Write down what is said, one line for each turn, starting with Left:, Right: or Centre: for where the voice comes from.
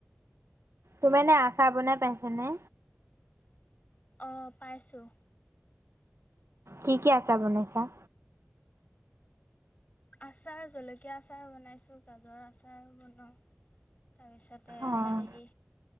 Right: তোমি এনেই আচাৰ বনাই পাইছা নে।
Left: অ পাইছোঁ।
Right: কি কি আচাৰ বনাইছা।
Left: আচাৰ জলকীয়া আচাৰ বনাইছোঁ গাজৰ আচাৰ বনাওঁ, তাৰপিছত তে
Right: অ',
Left: হেৰি